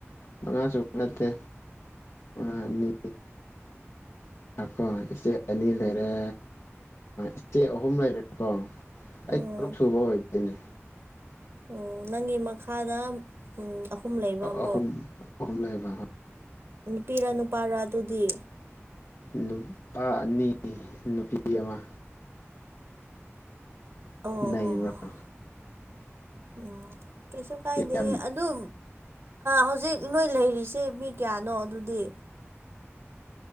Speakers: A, on the left; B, on the right.
A: ꯃꯉꯥ ꯁꯨꯕ ꯅꯠꯇꯦ ꯑꯅꯤ ꯀꯣ ꯏꯆꯦ ꯑꯅꯤ ꯂꯩꯔꯦ ꯏꯆꯦ ꯑꯍꯨꯝ ꯂꯩꯔꯦ ꯀꯣ ꯑꯩ
B: ꯎꯝ
A: ꯇꯔꯨꯛ ꯁꯨꯕ ꯑꯣꯏꯗꯣꯏꯅꯦ
B: ꯑꯣ ꯅꯪꯒꯤ ꯃꯈꯥꯗ ꯑꯍꯨꯝ ꯂꯩꯕ ꯑꯃꯨꯛ
A: ꯑꯍꯨꯝ ꯑꯍꯨꯝ ꯂꯩꯕ
B: ꯅꯨꯄꯤꯔ ꯅꯨꯄꯥꯔ ꯑꯗꯨꯗꯤ
A: ꯅꯨꯄꯥ ꯑꯅꯤ ꯅꯨꯄꯤ ꯑꯃ
B: ꯑꯣ
A: ꯅꯩꯅꯕ꯭ꯔꯥ
B: ꯑꯣ ꯎꯝ ꯀꯩꯁꯨ ꯀꯥꯏꯗꯦ
A: ꯌꯥꯝ
B: ꯑꯗꯨ ꯍꯧꯖꯤꯛ ꯅꯣꯏ ꯂꯩꯔꯤꯁꯦ ꯆꯦ ꯃꯤ ꯀꯌꯥꯅꯣ ꯑꯗꯨꯗꯤ